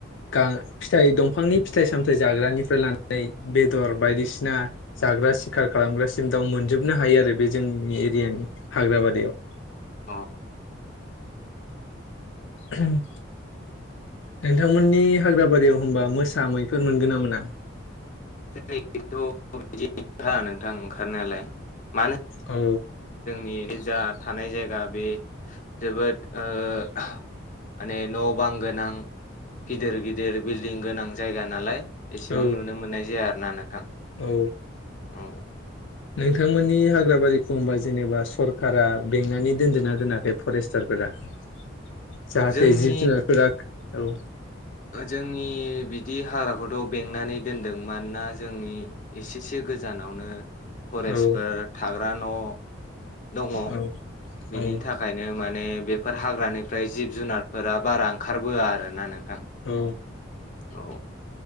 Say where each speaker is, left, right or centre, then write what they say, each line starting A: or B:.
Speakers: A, on the left (about 75°); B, on the left (about 40°).
A: गा फिथाइ दंफांनि फिथाइ सामथाय जाग्रानिफ्राय लानानै बेदर बायदिसिना जाग्रा। सिखार खालामग्रासिम दाउ मोनजोबनो हायो आरो बे जोंनि एरियानि हाग्राबारियाव।
B: अ
A: उम नोंथांमोननि हाग्राबारियाव होनबा मोसा मैफोर मोनगोना मोना।
B: <unintelligible> बिदि नोंथां ओंखारनायालाय मानो।
A: औ।
B: जोंनि जा थानाय जायगा बे जोबोद ओ माने न' बां गोनां गिदिर गिदिर बिल्डिं गोनां जायगा नालाय। एसेबां
A: औ
B: नुनो मोननाय जाया आरो ना नोंथां।
A: औ
B: औ
A: नोंथांमोननि हाग्रा बारिखौ होनबा जेनेबा सरकारा बेंनानै दोनदोंना दोनाखै फरेस्टारफोर। रा जाहाथे
B: जोंनि
A: जिब जुनार फोराआ औ।
B: जोंनि बिदि हाग्राखौथ' बेंनानै दोनदों मानोना जोंनि एसेसो। गोजानावनो। फरेस्टफोर
A: औ
B: थाग्रा न' दङ
A: औ औ
B: बिनि थाखायनो। माने बेफोर हाग्रानिफ्राय जिब-जुनारफोरा बारा ओंखारबोआ आरो ना नोंथां।
A: औ
B: औ